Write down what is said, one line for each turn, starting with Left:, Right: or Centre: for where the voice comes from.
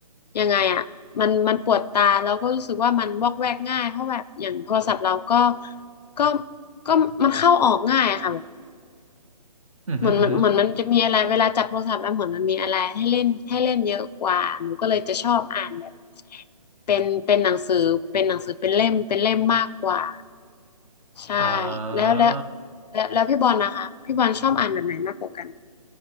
Left: ยังไงอะมันมันปวดตาแล้วก็รู้สึกว่ามันวอกแวกง่ายเพราะแบบอย่างโทรศัพท์เราก็ก็ก็มันเข้าออกง่ายอะค่ะแบบ
Right: อือฮึอือฮึ
Left: เหมือนมันเหมือนมันจะมีอะไรเวลาจับโทรศัพท์แล้วเหมือนมันมีอะไรให้เล่นให้เล่นเยอะกว่าหนูก็เลยจะชอบอ่านแบบเป็นเป็นหนังสือเป็นหนังสือเป็นเล่มเป็นเล่มมากกว่า ใช่
Right: อ่า
Left: แล้วแล้วแล้วแล้วพี่บอลนะคะพี่บอลชอบอ่านแบบไหนมากกว่ากัน